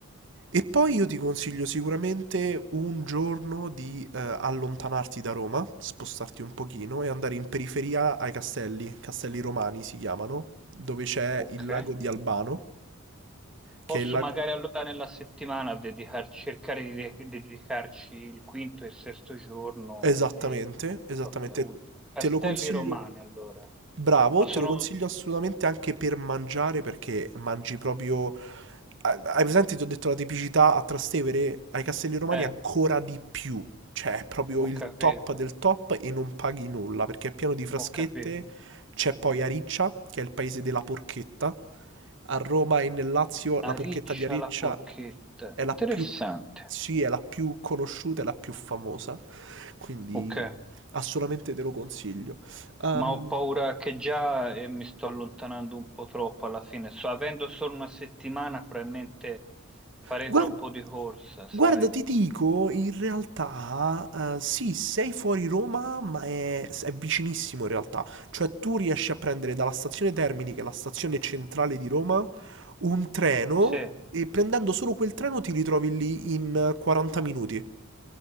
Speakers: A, on the right; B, in the centre.
A: E poi io ti consiglio sicuramente un giorno di eh, allontanarti da Roma, spostarti un pochino e andare in periferia ai castelli, castelli romani si chiamano, dove c'è
B: Ok.
A: il lago di Albano, che
B: Posso
A: è il lago...
B: magari allora nella settimana dedicar- cercare di de- dedicarci il quinto e il sesto giorno
A: Esattamente,
B: e
A: esattamente.
B: proprio da ultimo. Castelli
A: Te lo consiglio.
B: Romani allora.
A: Bravo,
B: Ma sono...
A: te lo consiglio assolutamente anche per mangiare perché mangi proprio... Ah, Hai presente, ti ho detto, la tipicità a Trastevere, ai Castelli Romani
B: Eh,
A: ancora di più. Cioè, è proprio
B: ho
A: il
B: capito,
A: top del top e non paghi nulla perché è pieno di fraschette
B: ho capito.
A: c'è poi Ariccia, che è il paese della porchetta. A Roma e nel Lazio la
B: Ariccia
A: porchetta di Ariccia
B: la porchetta.
A: è
B: Interessante.
A: la più, sì, è la più conosciuta e la più famosa, quindi
B: Ok,
A: assolutamente te lo consiglio. Ehm,
B: ma ho paura che già eh, mi sto allontanando un po' troppo alla fine. So, avendo solo una settimana, probabilmente farei
A: Guarda,
B: troppo di corsa, sai?
A: guarda, ti dico, in realtà, eh, sì, sei fuori Roma, ma è, è vicinissimo in realtà. Cioè, tu riesci a prendere dalla stazione Termini, che è la stazione centrale di Roma, un treno
B: Sì.
A: e prendendo solo quel treno ti ritrovi lì in eh, 40 minuti.